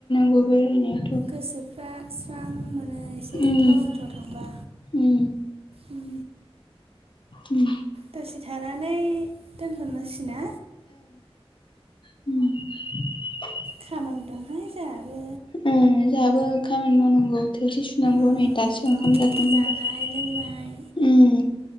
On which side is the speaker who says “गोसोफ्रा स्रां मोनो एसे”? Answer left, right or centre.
Right